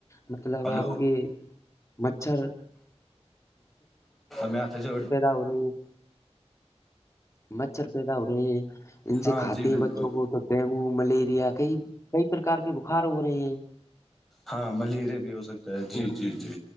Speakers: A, on the left; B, in the centre.
A: مطلب
B: ہلو
A: آپ کے مچھر
B: میں تھا جا
A: سوری مچھر پیدا ہو رہے ہیں ان
B: ہاں
A: سے کھاتے
B: جی
A: ہیں
B: بالکل
A: بچوں کو تو ڈینگو ملیریا کئی کئی پرکار کے بخار ہو رہے ہیں
B: ہاں ملیریا بھی ہو سکتا جی
A: ہاں
B: جی جی